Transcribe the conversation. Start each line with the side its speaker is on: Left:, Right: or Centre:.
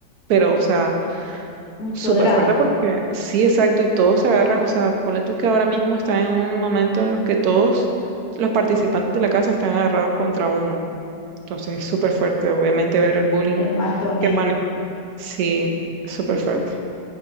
Right: Pero, o sea,
Left: mucho
Right: súper
Left: drama,
Right: fuerte porque sí, exacto, y todos se agarran, o sea, ponle tú que ahora mismo está en un momento en los que todos los participantes de la casa están agarrados contra uno. Entonces es súper fuerte, obviamente, ver el bullying
Left: el matoneo.
Right: que manejan. Sí, súper fuerte.